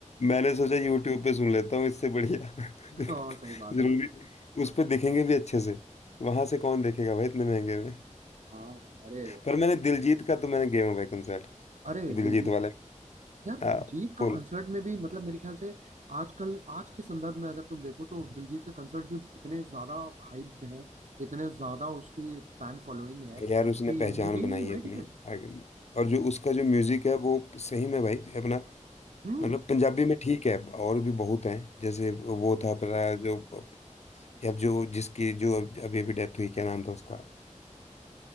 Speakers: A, on the left; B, on the right.
A: मैंने सोचा यूट्यूब पे सुन लेता हूँ इससे बढ़िया <laughs>
B: हाँ सही
A: जरूरी
B: बात है भाई
A: उस पे दिखेंगे भी अच्छे से वहां से कौन देखेगा भाई इतने महंगे में
B: हाँ अरे
A: पर मैंने दिलजीत का तो मैंने गया हूँ भाई कंसर्ट
B: अरे
A: दिलजीत
B: दिलजीत
A: वाले
B: यार
A: आ,
B: दिलजीत का
A: फुल
B: कंसर्ट में भी मतलब मेरे ख्याल से आजकल आज के संदर्भ में अगर तुम देखो तो दिलजीत के कंसर्ट भी इतने ज्यादा हाइप हैं इतने ज्यादा उसकी फैन फॉलोइंग है
A: यार उसने
B: कि
A: पहचान
B: मिलते ही
A: बनाई
B: नहीं है
A: है
B: भाई
A: अपनी
B: टिकट
A: आर्टिस्ट ने। और जो उसका जो म्यूजिक है वो सही में भाई अपना
B: हम्म
A: मतलब पंजाबी में ठीक है और भी बहुत है जैसे वो था अपना जो या जो जिसकी जो अब- अभी अभी डेथ हुई क्या नाम था उसका